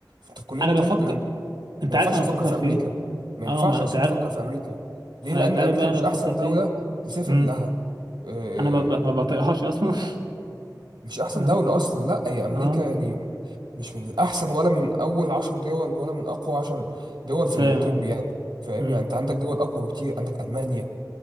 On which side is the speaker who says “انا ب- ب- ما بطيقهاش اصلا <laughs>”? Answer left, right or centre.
Right